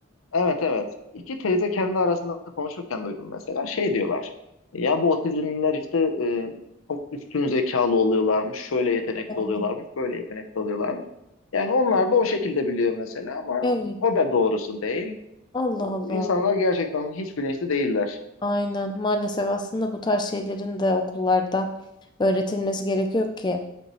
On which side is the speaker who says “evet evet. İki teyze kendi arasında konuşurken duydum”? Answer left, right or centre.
Left